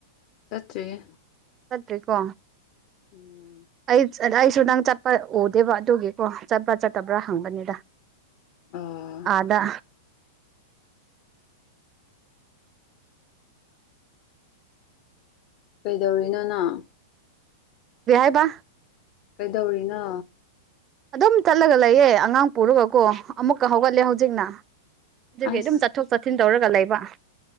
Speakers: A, on the left; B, on the right.
A: ꯆꯠꯇꯔꯤ
B: ꯆꯠꯇ꯭ꯔꯤꯀꯣ
A: ꯎꯝ
B: ꯑꯩ ꯑꯩꯁꯨ ꯅꯪ ꯆꯠꯄ ꯎꯗꯦꯕ ꯑꯗꯨꯒꯤꯀꯣ ꯆꯠꯄ꯭ꯔꯥ ꯆꯠꯇꯕ꯭ꯔꯥ ꯍꯪꯕꯅꯤꯗ
A: ꯑꯣ
B: ꯑꯥꯗ
A: ꯀꯩꯗꯧꯔꯤꯅꯣ ꯅꯪ
B: ꯀ꯭ꯔꯤ ꯍꯥꯏꯕ
A: ꯀꯩꯗꯧꯔꯤꯅꯣ
B: ꯑꯗꯨꯝ ꯆꯠꯂꯒ ꯂꯩꯌꯦ ꯑꯉꯥꯡ ꯄꯣꯔꯒꯀꯣ ꯑꯃꯨꯛꯀ ꯍꯧꯒꯠꯂꯦ ꯍꯧꯖꯤꯛꯅ ꯑꯗꯨꯒꯤ
A: ꯑꯁ
B: ꯑꯗꯨꯝ ꯆꯠ ꯆꯠꯊꯣꯛ ꯆꯠꯁꯤꯟ ꯇꯧꯔꯒ ꯂꯩꯕ